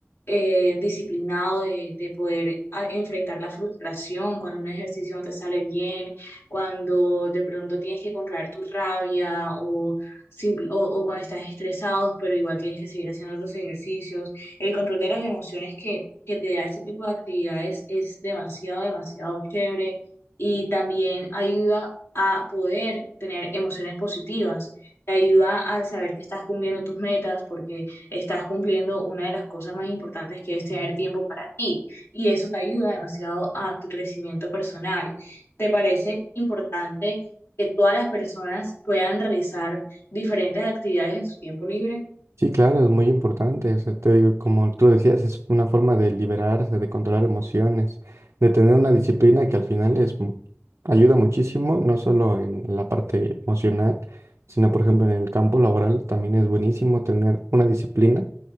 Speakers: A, on the left (about 65°); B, on the right (about 75°).
A: eh, disciplinado de, de poder a- enfrentar la frustración cuando un ejercicio no te sale bien, cuando de pronto tienes que controlar tu rabia o, simple- o, o cuando estás estresado, pero igual tienes que seguir haciendo otros ejercicios. El control de las emociones que, que te da este tipo de actividades es demasiado, demasiado chévere y también ayuda a poder tener emociones positivas. Te ayuda a saber que estás cumpliendo tus metas porque estás cumpliendo una de las cosas más importantes que es tener tiempo para ti y eso te ayuda demasiado a tu crecimiento personal. ¿Te parece importante que todas las personas puedan realizar diferentes actividades en su tiempo libre?
B: Sí, claro, es muy importante. o sea, te digo, como tú decías, es una forma de liberarse, de controlar emociones, de tener una disciplina que al final es, mu- ayuda muchísimo, no solo en la parte emocional, sino por ejemplo en el campo laboral también es buenísimo tener una disciplina